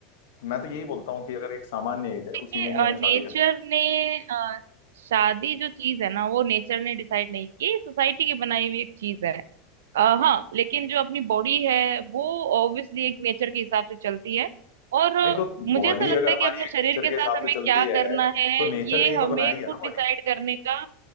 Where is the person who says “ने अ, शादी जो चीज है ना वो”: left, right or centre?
Right